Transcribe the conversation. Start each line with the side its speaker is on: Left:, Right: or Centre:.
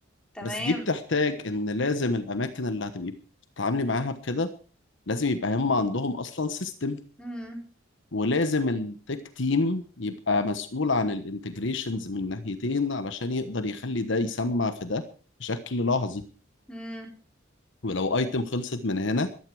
Centre: تمام
Left: بس دي بتحتاج ان لازم الاماكن اللي هتبقي بتتعاملي معاها بكده لازم يبقى هم عندهم اصلا سيستم
Centre: امم
Left: ولازم التك تيم يبقى مسؤول عن الانتجريشنز من ناحيتين علشان يقدر يخلي ده يسمع في ده بشكل لحظي
Centre: امم
Left: ولو ايتم خلصت من هنا